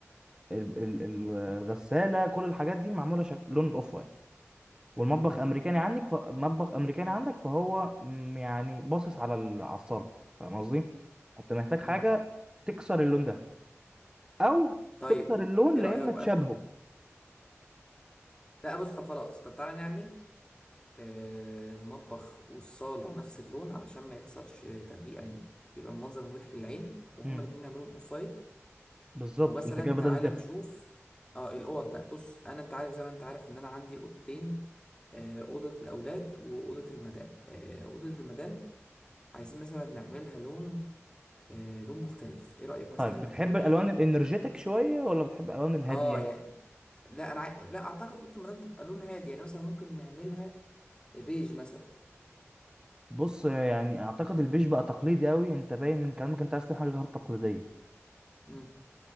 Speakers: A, on the right; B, on the left.
A: ال- ال- ال- الغسالة كل الحاجات دي معمولة شك... لون الاوف وايت والمطبخ
B: امم
A: امريكاني عندك ف... مطبخ امريكاني عندك فهو م، يعني باصص على ال- على الصالة فاهم قصدي انت محتاج حاجة
B: امم
A: تكسر اللون ده او
B: طيب
A: تكسر اللون
B: ايه رأيك
A: لان
B: بقى
A: تشابهه
B: لا بص طب خلاص طب تعالى نعمل آه، المطبخ والصالة نفس اللون علشان ما يحصلش تغيير يعني يبقى المنظر مريح للعين وهما
A: مم.
B: الاتنين نعملهم اوف وايت
A: بالظبط
B: ومثلا
A: انت كده
B: تعالى
A: بدأت
B: نشوف
A: تفهم
B: اه الاوض بقى بص انا انت عارف زي ما انت عارف ان انا عندي اوضتين آه، اوضة الاولاد واوضة المدام آه، اوضة المدام عايزين مثلا نعملها لون آه، لون مختلف ايه رأيك مثلا
A: طيب
B: نعملها
A: بتحب الالوان الانرجيتك شوية ولا بتحب الالوان الهادية
B: اه يعني لا انا عاي- لا اعتقد اوضه المدام تبقى لون هادي يعني مثلا ممكن نعملها بيج مثلا
A: بص يعني اعتقد البيج بقى تقليدي قوي انت باين من كلامك انت عايز تعمل حاجه غير تقليديه
B: امم